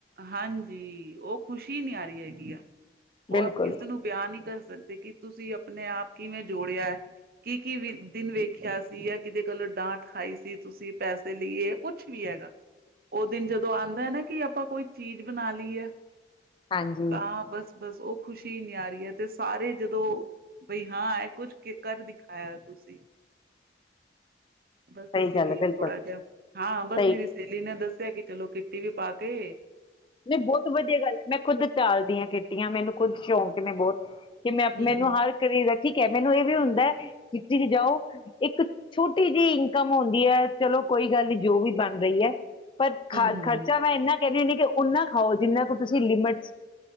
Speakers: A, on the right (about 55°); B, on the left (about 25°).
A: ਹਾਂਜੀ ਓ ਖ਼ੁਸ਼ੀ ਨੀ ਆ ਰੀ ਹੈਗੀ ਆ
B: ਬਿਲਕੁਲ
A: ਔ ਆਪ ਕਿਸੇ ਨੂੰ ਬਿਆਨ ਨੀ ਕਰ ਸਕ ਸਕਦੇ ਕਿ ਤੁਸੀਂ ਆਪਨੇ ਆਪ ਕਿਵੇਂ ਜੋੜਿਐ ਕੀ-ਕੀ ਵੀ ਦਿਨ ਵੇਖਿਆ ਸੀ ਜਾਂ ਕਿਦੇ ਕੋਲੋਂ ਡਾਂਟ ਖਾਈ ਸੀ ਤੁਸੀਂ ਪੈਸੇ ਲਈ ਏ ਯਾ ਕੁਛ ਵੀ ਹੈਗਾ। ਔ ਦਿਨ ਜਦੋਂ ਆਂਦਾ ਐ ਨਾ ਕੀ ਆਪ ਆਪਾਂ ਕੋਈ ਚੀਜ ਬਨਾ ਲਈ ਐ
B: ਹਾਂਜੀ
A: ਤਾਂ ਬਸ ਬਸ ਔ ਖੁਸ਼ੀ ਨੀ ਆ ਰੀ ਐ ਤੇ ਸਾਰੇ ਜਦੋਂ ਬਈ ਹਾਂ ਐ ਕੁੱਛ ਕੀ ਕਰ ਦਿਖਾਆ ਤੁਸੀ ਬਸ ਇਸੀ
B: ਸਹੀ ਗੱਲ
A: ਲੀ
B: ਹੈ ਬਿਲਕੁਲ
A: ਥੋੜਾ ਜਿਹਾ ਹਾਂ ਬਸ
B: ਸਹੀ
A: ਮੇਰੀ ਸਹੇਲੀ ਨੇ ਦੱਸ ਕਿ ਚਲੋ ਕੀਤੀ ਵੀ ਪਾ ਅਤੇ
B: ਨਈੲ ਬੌਤ ਵਧੀਆ ਗੱਲ ਐ ਮੈਂ ਖ਼ੁਦ ਚਾਲਦੀ ਹਾਂ ਕੇ ਮੈਨੂੰ ਖੁੱਦ ਛੌਂਕ ਨੇ ਬੌਤ ਕਿ ਮੈਂ ਅ
A: ਹੂੰ,
B: ਮੈਨੂੰ
A: ਹੂੰ,
B: ਹਰ <unintelligible> ਠੀਕ ਐ ਮੈਨੂੰ ਏ ਵੀ ਹੁੰਦੈ ਕਿੱਟੀ ਚ ਜਾਓ ਇੱਕ ਛੋਟੀ ਜੀ ਇਨਕਮ ਹੁੰਦੀ ਐ ਚਲੋ ਕੋਈ ਗੱਲ ਨੀ ਜੋ ਵੀ ਬਨ ਰਹੀ ਐ ਪਰ ਖ
A: ਹੂੰ
B: ਖਰਚਾ ਮੈਂ ਇੰਨਾ ਕ ਨ <unintelligible> ਓਨਾ ਖਾਓ ਜਿੰਨਾ ਕੁ ਤੁਸੀ ਲਿਮਟ ਚ